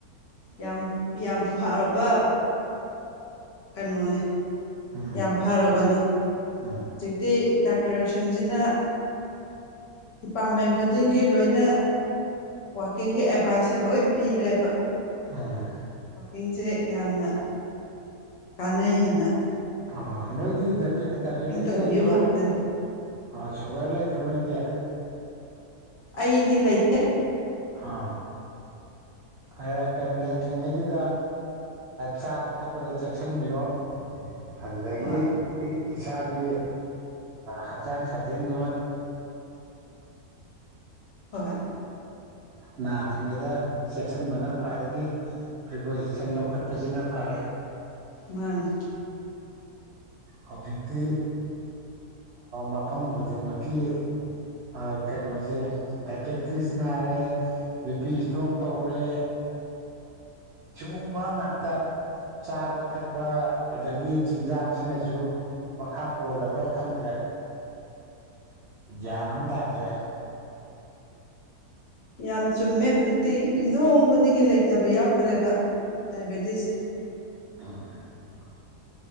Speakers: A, on the left; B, on the right.
A: ꯌꯥꯝ ꯌꯥꯝ ꯐꯔꯕ ꯀꯩꯅꯣꯅꯤ
B: ꯎꯝ
A: ꯌꯥꯝ ꯐꯔꯕꯅꯤ
B: ꯎꯝ
A: ꯍꯧꯖꯤꯛꯇꯤ ꯗꯥꯛꯇꯔꯁꯤꯡꯁꯤꯅ ꯗꯤꯄꯥꯔꯠꯃꯦꯟ ꯈꯨꯗꯤꯡꯒꯤ ꯂꯣꯏꯅ ꯀꯤꯡꯒꯤ ꯑꯦꯚꯥꯏꯁꯁꯦ ꯂꯣꯏ ꯄꯤꯔꯦꯕ
B: ꯎꯝ
A: ꯋꯥꯀꯤꯁꯦ ꯌꯥꯝꯅ ꯀꯥꯟꯅꯩꯑꯅ
B: ꯑꯣ ꯅꯣꯏꯗꯤ ꯗꯥꯏꯕꯦꯇꯤꯁ
A: ꯇꯧꯕꯤꯌꯨ
B: ꯂꯩꯇ꯭ꯔꯣ
A: ꯉꯥꯛꯇꯅꯤ
B: ꯑ ꯁꯨꯒꯔ ꯂꯩꯇ꯭ꯔꯣ ꯅꯣꯏꯗꯤ
A: ꯑꯩꯗꯤꯂꯥꯏꯇ
B: ꯑ ꯐꯔ ꯀꯩꯅꯣ ꯂꯩꯇ꯭ꯔꯤꯉꯩꯗꯨꯗ ꯆꯥꯕ ꯊꯛꯄꯗ ꯆꯦꯛꯁꯤꯟꯕꯤꯔꯣ ꯑꯗꯨꯗꯒꯤ
A: ꯍꯣꯏ
B: ꯏꯁꯥꯒꯤ ꯍꯛꯡ ꯁꯥꯖꯦꯟ
A: ꯍꯣꯏ
B: ꯅꯥꯗ꯭ꯔꯤꯉꯩꯗ ꯆꯦꯛꯁꯤꯟꯕꯅ ꯈ꯭ꯋꯥꯏꯗꯒꯤ ꯄ꯭ꯔꯤꯀꯣꯁꯁꯟ ꯂꯧꯈꯠꯄꯁꯤꯅ ꯐ ꯐꯔꯦ
A: ꯃꯥꯅꯦ
B: ꯍꯧꯖꯤꯛꯇꯤ ꯃꯐꯝ ꯈꯨꯗꯤꯡꯃꯛꯀꯤ ꯑ ꯀꯩꯅꯣꯁꯦ ꯗꯗꯥꯏꯕꯦꯇꯤꯁ ꯅꯥꯔꯦ ꯕꯤ ꯄꯤ ꯏꯁꯇ꯭ꯔꯣꯛ ꯇꯧꯔꯦ ꯁꯤꯒꯨꯝꯕ ꯉꯥꯛꯇ ꯆꯥꯕ ꯊꯛꯄ ꯑꯗꯒꯤ ꯆꯤꯟꯖꯥꯛꯁꯤꯅꯁꯨ ꯃꯈꯥ ꯄꯣꯜꯂꯕ꯭ꯔꯥ ꯈꯪꯗ꯭ꯔꯦ ꯒ꯭ꯌꯥꯟ ꯑꯃ ꯇꯥꯗ꯭ꯔꯦ
A: ꯌꯥꯝ ꯆꯨꯝꯃꯦ ꯍꯧꯖꯤꯛꯇꯤ ꯌꯨꯝꯊꯣꯡ ꯍꯣꯡ ꯈꯨꯗꯤꯡꯒꯤ ꯂꯩꯇꯕ ꯌꯥꯎꯗ꯭ꯔꯦꯕ ꯇꯥꯏꯕꯗꯤꯁꯦ
B: ꯑ <unintelligible> <inaudible>